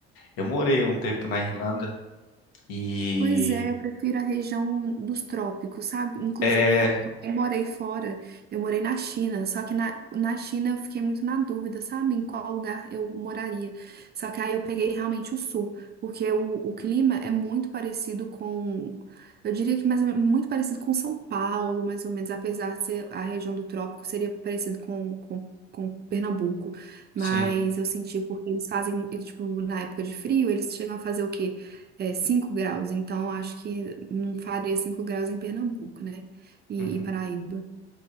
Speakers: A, on the left; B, on the right.
A: Eu morei um tempo na Irlanda e
B: Pois é, eu prefiro a região dos trópicos, sabe? Inclusive,
A: é,
B: eu também morei fora, eu morei na China, só que na, na China eu fiquei muito na dúvida, sabe? Em qual lugar eu moraria. Só que aí eu peguei realmente o sul, porque o, o clima é muito parecido com, eu diria que mais, ou menos- muito parecido com São Paulo, mais ou menos, apesar de ser a região do trópico, seria parecido com, com Com Pernambuco, mas
A: sim.
B: eu senti porque eles fazem, tipo, na época de frio, eles chegam a fazer o quê? é, 5 graus, então acho que não faria 5 graus em Pernambuco, né? E,
A: Uhum.
B: e Paraíba.